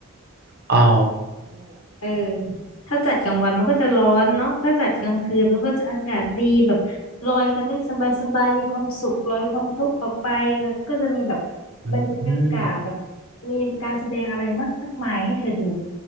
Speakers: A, on the right; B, on the left.
A: อ๋อ
B: เออถ้าจัดกลางวันมันก็จะร้อนเนาะถ้าจัดกลางคืนมันก็จะอากาศดีแบบลอยกันได้สบายๆมีความสุขลอยความทุกข์ออกไปแล้วก็จะมีแบบ
A: อืม
B: บรรยากาศแบบมีการแสดงอะไรมากมายให้เธอดู